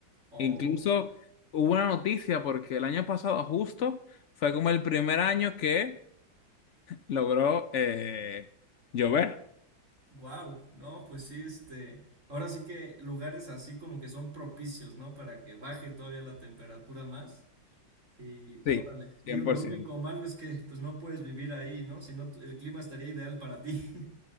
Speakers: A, on the right (about 40°); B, on the left (about 75°).
A: Oh.
B: Incluso hubo una noticia porque el año pasado justo fue como el primer año que logró eh, llover.
A: Wow, no, pues sí, este, ahora sí que lugares así como que son propicios, ¿no? Para que baje todavía la temperatura más. Y
B: Sí,
A: órale,
B: cien
A: digo,
B: por
A: lo
B: ciento
A: único malo es que pues no puedes vivir ahí, ¿no? Si no, tu- el clima estaría ideal para ti. <laughs>